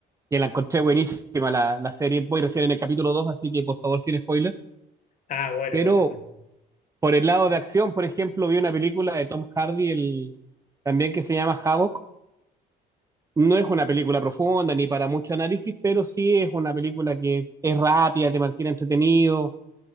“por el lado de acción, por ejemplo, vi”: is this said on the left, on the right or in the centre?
Right